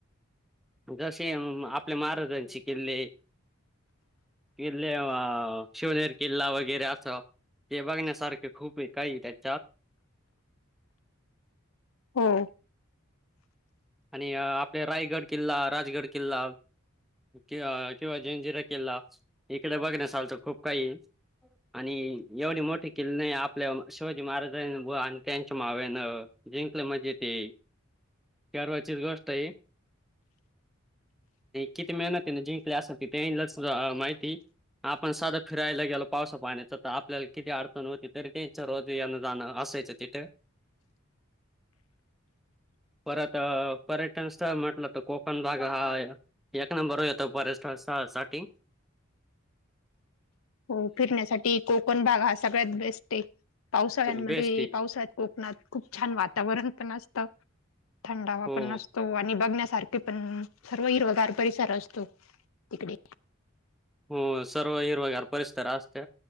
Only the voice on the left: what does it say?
हो
हो फिरण्यासाठी कोकण भाग हा सगळ्यात बेस्ट आहे पावसाळ्यांमध्ये
पावसाळ्यात कोकणात खूप छान वातावरण पण असतं थंडावा
पण असतो आणि बघण्या ते पण सर्व हिरवागार परिसर असतो तिकडे